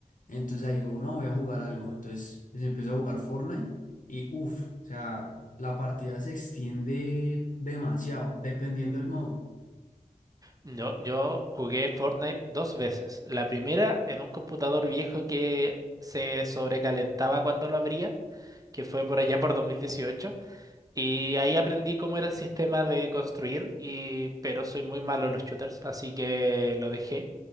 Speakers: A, on the left (about 70°); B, on the right (about 25°).
A: entonces ahí digo, no, voy a jugar algo, entonces pues empiezo a jugar Fortnite y uff, o sea, la partida se extiende demasiado, dependiendo del modo.
B: yo, yo jugué Fortnite dos veces. La primera en un computador viejo que se sobrecalentaba cuando lo abría, que fue por allá por 2018. Y ahí aprendí cómo era el sistema de construir, y, pero soy muy malo en los shooters, así que lo dejé.